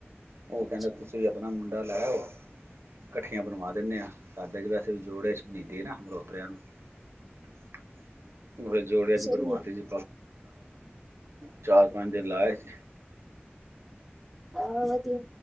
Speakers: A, on the right; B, in the centre.
A: ਉਹ
B: ਅੱਛਾ
A: ਕੈਂਦੇ ਤੁਸੀਂ ਆਪ ਆਪਣਾ ਮੁੰਡਾ ਲੈ ਆਓ, ਕੱਠੀਆਂ ਬਣਵਾ ਦਿੰਨੇ ਆਂ। ਸਾਡੇ ਚ ਵੈਸ ਕਿਸੇ ਵੀ ਜੋੜੇ ਚ <unintelligible> ਨਾ ਮਲੋਤਰਿਆ ਨੂੰ। <unintelligible> ਜੋੜਿਆ ਚ
B: ਸਹੀ
A: ਬਣਵਾਤੀ
B: ਹੈ
A: ਸੀ। ਚਾਰ ਪੰਜ ਦਿਨ ਲਾਏ ਸੀ।
B: ਹਾਂ ਵਧੀਆ